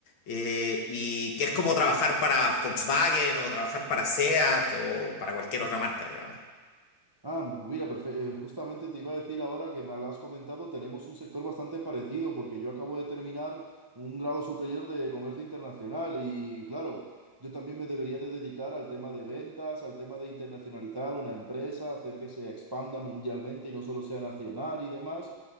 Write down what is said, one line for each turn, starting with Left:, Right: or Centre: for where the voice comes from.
Left: eh, y que es como trabajar para Volkswagen o trabajar para SEAT o para cualquier otra marca, digamos.
Right: Ah, pues mira, perfe- eh, justamente te iba a decir ahora que me lo has comentado, tenemos un sector bastante parecido porque yo acabo de terminar un grado superior de comercio internacional y claro, yo también me debería de dedicar al tema de ventas, al tema de internacionalizar una empresa, hacer que se expanda mundialmente y no solo sea nacional y demás.